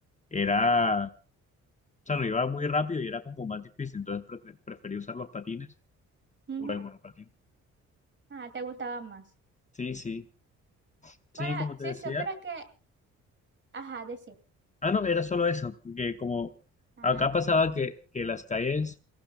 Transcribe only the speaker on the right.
ujú.
Ah, te gustaba más.
Para,
sí,
sí, pero es que, ajá, decir.
Ah,